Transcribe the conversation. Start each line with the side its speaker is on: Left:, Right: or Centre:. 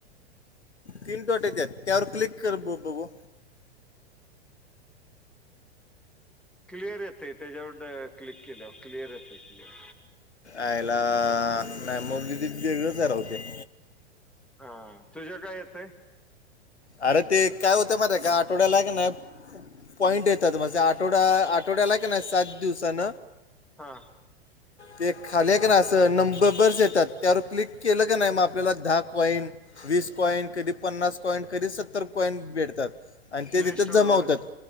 Left: तीन डॉट येत्यात त्यावर क्लिक कर मग बघू
Centre: क्लिअर येतय त्याच्यावर क्लिक केल्या वर क्लिअर येते क्लिअर,
Left: आयला नाही मग कती वेगळंच हाय राव ते.
Centre: हा तुझ्या काय येतय.
Left: अरे ते काय होते माहीते का आठवड्याला का नाही. पॉइंट येतात माझे आठवड्या आठवड्याला की नाही सात दिवसान.
Centre: हा
Left: ते खाली हाय क नई आस नंबर बरच येतात त्यावर क्लिक केलं का नाही म आप आपल्याला दहा कॉईन, वीस कॉईन कधी पन्नास कॉईन कधी सत्तर कॉईन भेटत्यात. आणि ते
Centre: प्ले
Left: तिथें
Centre: स्टोर
Left: जमा
Centre: वर
Left: होतात